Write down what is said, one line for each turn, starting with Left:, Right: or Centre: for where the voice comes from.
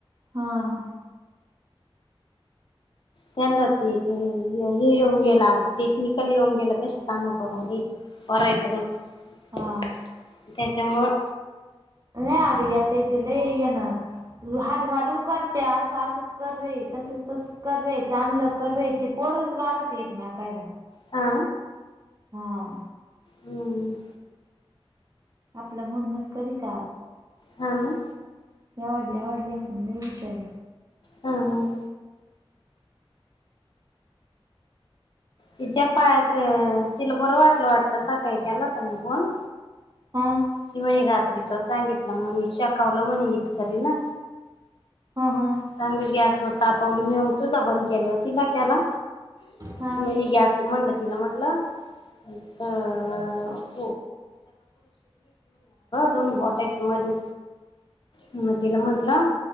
Right: हां.
Left: त्यांना ते हे येऊन गेला टेक्निकल येऊन गेला कशी कामं करून घ्यायचे? <unintelligible>
Right: हा
Left: त्याच्यामुळं.
Right: नाही अग. यात य ते लई ये ना. मी हात घालून करते असं असंच. कर रे. तसच तसच कर रे. चांगलं कर रे. ते पोरस गागत एकमेकायला.
Left: हा
Right: हां.
Left: हम.
Right: आपलं म्हणणच तरी <unintelligible>
Left: हो ना?
Right: एवाढले एवाढले ए पण लई हुशार.
Left: हं. हं. तिच्या पायात -तिला बरं वाटलं वाटतं सकाळी केला होता मी फोन.
Right: हा.
Left: ती म्हणे रात्री त्वा सांगितला म्हणून मी शेकावलं म्हणे विटकरी न
Right: हा. हा.
Left: चांगली गॅस तापवली. मी उग तुझा बंद केल्यावर तिला केला.
Right: हा
Left: नवी गॅस. म्हटलं तिला म्हटलं- अ <unintelligible> दोन्ही बोटायच्या मधी. म मी तिला म्हंटलं.